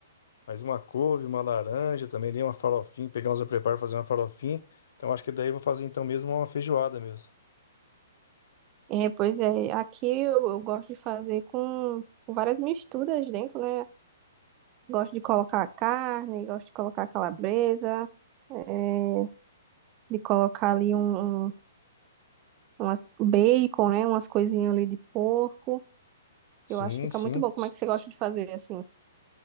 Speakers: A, on the left; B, on the right.
A: Mas uma couve, uma laranja, também nem uma farofinha, pegar uns eu preparo fazer uma farofinha. Então acho que daí eu vou fazer então mesmo uma feijoada mesmo.
B: É, pois é, aqui eu, eu gosto de fazer com com várias misturas dentro, né? Gosto de colocar carne, gosto de colocar calabresa, é, de colocar ali um, um umas um bacon, né? Umas coisinhas ali de porco.
A: Sim,
B: Eu acho que fica
A: sim.
B: muito bom. Como é que você gosta de fazer assim?